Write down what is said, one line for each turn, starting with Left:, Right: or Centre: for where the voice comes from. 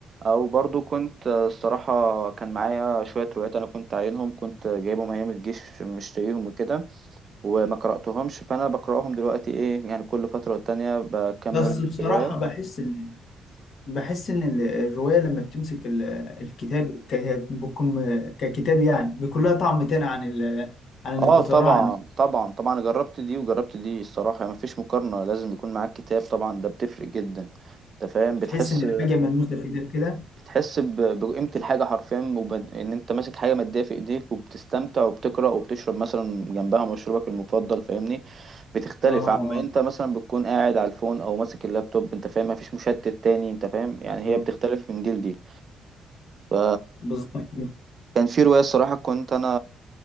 Right: أو برضو كنت آه، الصراحة كان معايا شوية روايات أنا كنت عاينهم كنت جايبهم أيام الجيش مشتريهم وكده وما قرأتهمش فأنا بقرأهم دلوقتي إيه يعني كل فترة والتانية بكمل
Left: بس بصراحة
Right: في رواية
Left: بحس إن بحس إن ال- الرواية لما بتمسك ال- الكتاب ك... بكم... ككتاب يعني بيكون لها طعم تاني عن ال... عن إنك
Right: اه
Left: بتقراه
Right: طبعا
Left: عن
Right: طبعا طبعا جربت دي وجربت دي الصراحة يعني مفيش مقارنة لازم يكون معاك كتاب طبعا ده بتفرق جدا انت فاهم بتحس
Left: تحس إن الحاجة ملموسة في إيدك كده
Right: بتحس ب- بقيمة الحاجة حرفيا وب- ان انت ماسك حاجة مادية في ايديك وبتستمتع وبتقرأ وبتشرب مثلا جنبها مشروبك المفضل فاهمني بتختلف
Left: آه
Right: عما انت مثلا بتكون قاعد على الفون او ماسك اللابتوب انت فاهم مفيش مشتت تاني انت فاهم يعني
Left: بالظبط
Right: هي بتختلف من جيل دي ف
Left: بالظبط
Right: كان في رواية الصراحة كنت أنا